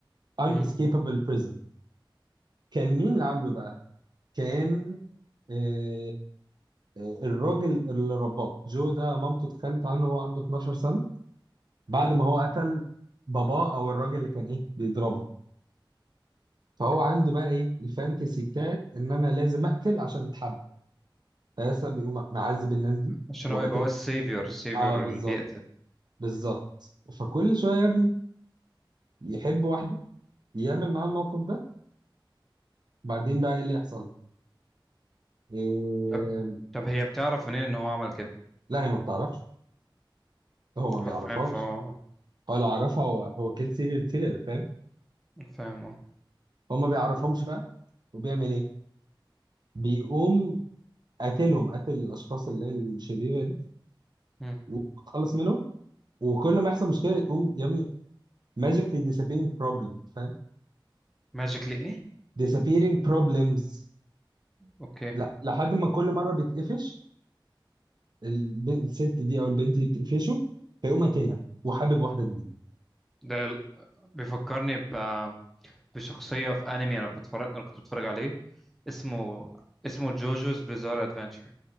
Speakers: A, on the right (about 55°); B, in the centre.
A: unescapable
B: مم.
A: prison كان مين اللي عامله بقى؟ كان آه، آه، الراجل اللي رباه جو ده مامته تخلت عنه وهو عنده 12 سنة بعد ما هو قتل باباه او الراجل اللي كان ايه بيضربها فهو عنده بقى ايه الفانتسي بتاعت ان انا لازم اقتل عشان اتحب فلسه بيقوم معذب الناس دي
B: عشان
A: وقتل
B: هو يبقى هو السيفيور السيفيور
A: اه بالظبط
B: اللي بيقتل
A: بالظبط فكل شويه يا ابني يحب واحده يعمل معاها الموقف ده بعدين بقى ايه اللي يحصل إيه...
B: طب طب هي بتعرف منين ان هو عمل كده
A: لا هي ما بتعرفش هو ما بيعرفهاش
B: حرفيا فهو
A: هو لو عرفها هو هو كيل سيريال كيلر فاهم
B: فاهم
A: هو ما بيعرفهمش بقى وبيعمل ايه بيقوم قاتلهم قاتل الاشخاص اللي هي الشريره دي
B: اه
A: وخلص منهم وكل ما يحصل مشكله يقوم يا ابني ماجيكلي disappearing problem فاهم
B: ماجيكلي ايه
A: disappearing problems
B: اوكي
A: لا لحد ما كل مره بتقفش الب- الست دي او البنت دي بتقفشه فيقوم قاتلها وحابب واحده جديده
B: ده ال- بيفكرني ب... بشخصية في انمي انا بتفرج انا كنت بتفرج عليه اسمه اسمه جوجوز بيزار ادفنتشر